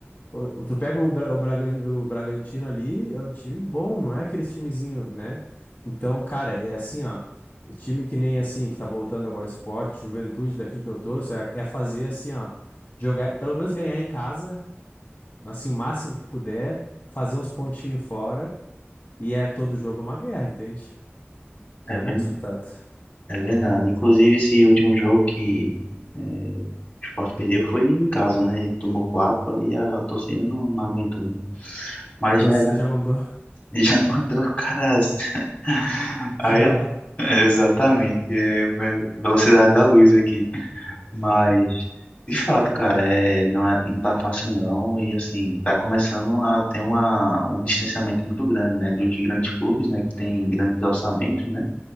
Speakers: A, on the left; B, on the left.
A: o- o- Tu pega o, Bra- o, Bragan- o Bragantino ali, é um time bom, não é aqueles timezinho, né? Então, cara, é assim, ó. e Time que nem assim, que tá voltando agora, esporte, juventude daqui que eu torço, é, é fazer assim, ó. Jogar, pelo menos ganhar em casa, assim, o máximo que puder, fazer uns pontinhos fora, e é todo jogo uma guerra, entende? Que
B: É,
A: é
B: ver-
A: muito disputado.
B: é verdade. Inclusive, esse último jogo que é, o Sport perdeu foi em casa, né? Ele tomou quatro, aí a torcida não, não aguentou, né? Mas
A: A torcida
B: já,
A: já mandou. <laughs>
B: <laughs> já mandou o cara. <laughs>
A: Se
B: Aí,
A: ralar.
B: eu- exatamente, é, é velocidade da luz aqui. Mas, de fato, cara, é, não, é, não tá fácil não. E assim, tá começando a ter uma, um distanciamento muito grande, né? Dos grandes clubes, né? Que tem grandes orçamentos, né?